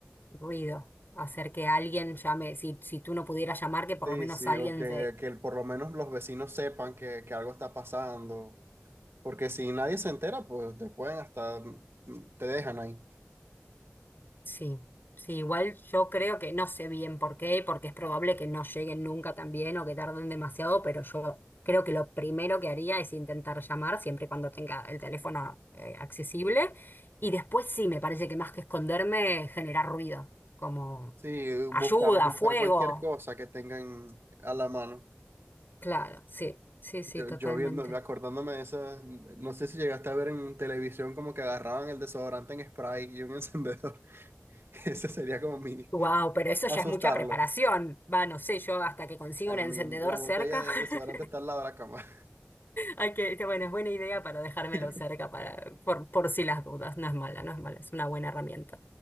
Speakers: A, on the left; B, on the right.
A: Ruido. Hacer que alguien llame, si, si tú no pudieras llamar, que por
B: Sí,
A: lo menos
B: sí,
A: alguien
B: o que, que por lo menos los vecinos sepan que, que algo está pasando. Porque si nadie se entera, pues te pueden hasta, mm, te dejan ahí.
A: Sí, sí, igual yo creo que no sé bien por qué, porque es probable que no lleguen nunca también o que tarden demasiado, pero yo creo que lo primero que haría es intentar llamar siempre y cuando tenga el teléfono eh, accesible. Y después sí, me parece que más que esconderme, generar ruido, como
B: Sí,
A: ayuda,
B: buscar, buscar
A: fuego.
B: cualquier cosa que tengan a la mano.
A: Claro, sí, sí, sí,
B: Yo,
A: totalmente.
B: yo viendo, acordándome de esas, no sé si llegaste a ver en televisión como que agarraban el desodorante en spray y un <laughs> encendedor. Ese sería como mi
A: Wow, pero eso
B: asustarlo.
A: ya es mucha preparación. Va, no sé, yo hasta que consiga
B: Bueno,
A: un encendedor
B: mi, la
A: cerca.
B: botella de
A: <laughs>
B: desodorante está al lado de la cama.
A: Hay que, que bueno, es buena idea para dejármelo
B: <laughs>
A: cerca para, por, por si las dudas. No es mala, no es mala, es una buena herramienta.